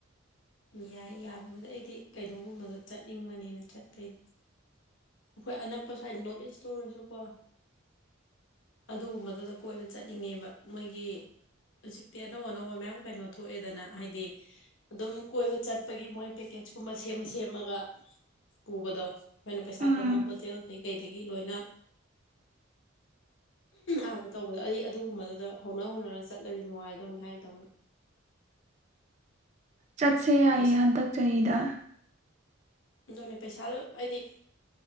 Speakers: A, on the left; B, on the right.
A: ꯌꯥꯏ ꯌꯥꯕꯕꯨꯗ ꯑꯩꯗꯤ ꯀꯩꯅꯣꯒꯨꯝꯕꯗꯣ ꯆꯠꯅꯤꯡꯕꯅꯤꯅ ꯆꯠꯄꯩꯗꯤ ꯑꯩꯈꯣꯏ ꯑꯅꯛꯄ ꯁ꯭ꯋꯥꯏꯗ ꯅꯣꯠ ꯏꯁꯇ ꯑꯣꯏꯁꯨꯀꯣ ꯑꯗꯨꯒꯨꯝꯕꯗꯨꯗ ꯀꯣꯏꯕ ꯆꯠꯅꯤꯡꯉꯦꯕ ꯃꯣꯏꯒꯤ ꯍꯧꯖꯤꯛꯇꯤ ꯑꯅꯧ ꯑꯅꯧꯕ ꯃꯌꯥꯝ ꯀꯩꯅꯣ ꯊꯣꯛꯑꯦꯗꯅ ꯍꯥꯏꯗꯤ ꯑꯗꯨꯝ ꯀꯣꯏꯕ ꯆꯠꯄꯒꯤ ꯃꯣꯏ ꯄꯦꯛꯀꯦꯁꯀꯨꯝꯕ ꯁꯦꯝꯃ ꯁꯦꯝꯃꯒ ꯄꯨꯕꯗꯣ ꯑꯩꯈꯣꯏꯅ ꯄꯩꯁꯥ
B: ꯎꯝ
A: ꯍꯣꯇꯦꯜꯁꯤ ꯀꯩꯗꯒꯤ ꯂꯣꯏꯅ ꯑꯥꯗ ꯇꯧꯕꯗꯣ ꯑꯩ ꯑꯗꯨꯒꯨꯝꯕꯗꯨꯗ ꯍꯧꯅ ꯍꯧꯅꯅ ꯆꯠꯂꯗꯤ ꯅꯨꯡꯉꯥꯏꯗꯧꯅꯤ ꯍꯥꯏꯗꯧꯅ
B: ꯆꯠꯁꯦ ꯌꯥꯏꯌꯦ
A: ꯄꯩꯁꯥ
B: ꯍꯟꯗꯛ ꯆꯍꯤꯗ
A: ꯑꯗꯨꯅꯦ ꯄꯩꯁꯥꯁꯨ ꯍꯥꯏꯗꯤ